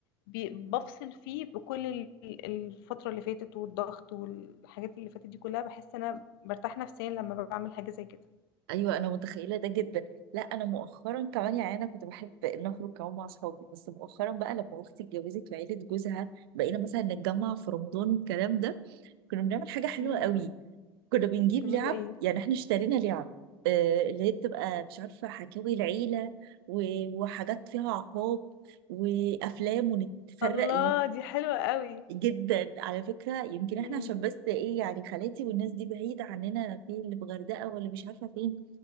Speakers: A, on the left; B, on the right.
A: بي- بفصل فيه بكل ال- الفترة اللي فاتت والضغط والحاجات اللي فاتت دي كلها بحس انا برتاح نفسيا لما بعمل حاجة زي كده
B: ايوه انا متخيله ده جدا لا انا مؤخرا كمان يعني انا كنت بحب ان اخرج كمان مع اصحابي بس مؤخرا بقى لما اختي اتجوزت وعيله جوزها بقينا مثلا نتجمع في رمضان والكلام ده كنا بنعمل حاجه حلوه
A: امم
B: قوي كنا بنجيب
A: بتعملوا
B: لعب
A: ايه
B: يعني احنا اشترينا لعب آه اللي هي بتبقى مش عارفه حكاوي العيله و- وحاجات فيها عقاب وافلام ونتفرق
A: الله دي حلوة قوي
B: جدا على فكرة يمكن
A: امم
B: احنا عشان بس ايه يعني خالاتي والناس دي بعيدة عننا في اللي في غردقة ولا مش عارفة فين